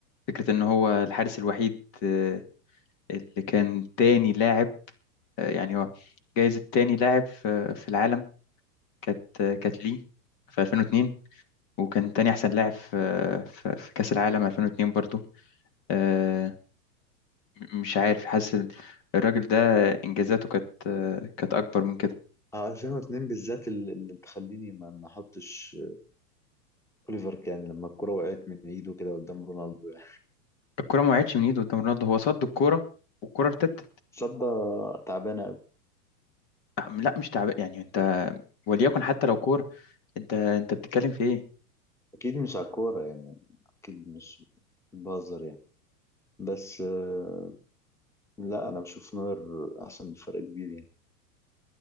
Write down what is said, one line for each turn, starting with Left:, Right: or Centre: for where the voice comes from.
Left: فكرة إن هو الحارس الوحيد آه، اللي كان تاني لاعب آه، يعني هو جايزة تاني لاعب في في العالم كانت آه، كانت ليه في 2002 وكان تاني أحسن لاعب في في في كأس العالم 2002 برضو آه، م- مش عارف حاسس ال- الراجل ده إنجازاته كانت آه، كانت أكبر من كده
Centre: اه 2002 بالذات اللي اللي تخليني ما ما احطش اوليفر كان لما الكرة وقعت من ايده كده قدام رونالدو يعني
Left: الكرة ما وقعتش من إيده قدام رونالدو هو صد الكرة والكرة ارتدت
Centre: صدى تعبانة أوي.
Left: آه، لا مش تعب يعني أنت وليكن حتى لو كورة أنت أنت بتتكلم في إيه
Centre: اكيد مش على الكورة يعني اكيد مش بهزر يعني بس آه، لا انا بشوف نوير احسن بفرق كبير يعني